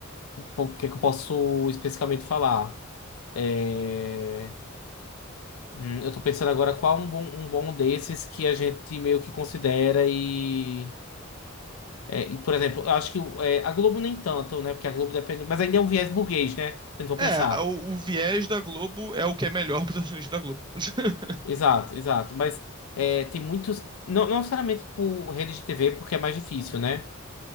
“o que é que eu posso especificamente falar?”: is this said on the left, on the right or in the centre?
Left